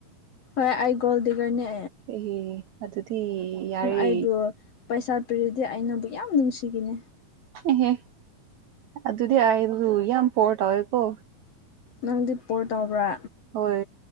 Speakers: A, on the left (about 60°); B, on the right (about 75°).
A: ꯍꯣꯏ ꯑꯩ ꯒꯣꯜꯗꯤꯒꯔꯅꯦ
B: ꯑꯦ ꯑꯗꯨꯗꯤ ꯌꯥꯔꯦ
A: ꯑꯩꯕꯨ ꯄꯩꯁꯥ ꯄꯤꯔꯗꯤ ꯑꯩꯅꯕꯨ ꯌꯥꯝ ꯅꯨꯡꯁꯤꯈꯤꯅꯤ
B: ꯑꯦꯍꯦ ꯑꯗꯨꯗꯤ <unintelligible> ꯌꯥꯝ ꯄꯣꯔ ꯇꯥꯎꯋꯦꯀꯣ
A: ꯅꯪꯗꯤ ꯄꯣꯔ ꯇꯧꯕ꯭ꯔꯥ
B: ꯍꯣꯏ